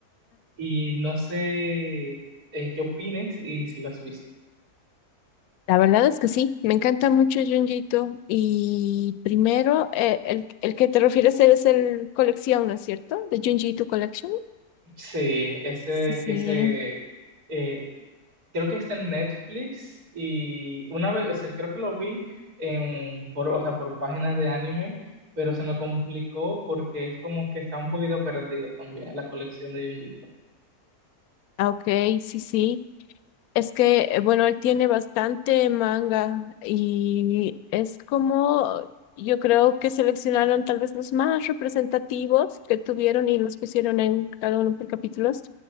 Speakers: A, on the right; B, on the left.
A: Y no sé eh, qué opines y si lo has visto.
B: La verdad es que sí, me encanta mucho Junjito. Y primero, eh, el, el que te refieres es el colección, ¿no es cierto? De Junjito Collection.
A: Sí, ese
B: Sí, sí.
A: que se, eh, creo que está en Netflix y una vez, o sea, creo que lo vi en, por, o sea, por páginas de anime, pero se me complicó porque es como que está un poquito perdido también la colección de Junjito.
B: Ah, Ok, sí, sí. Es que, eh, bueno, él tiene bastante manga y es como, yo creo que seleccionaron tal vez los más representativos que tuvieron y los pusieron en cada uno por capítulos,